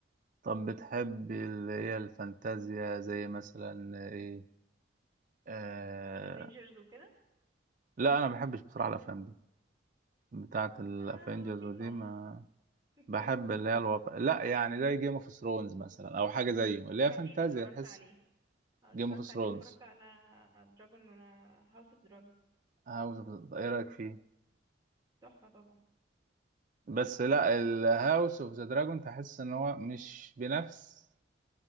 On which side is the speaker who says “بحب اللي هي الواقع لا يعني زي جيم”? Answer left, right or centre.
Right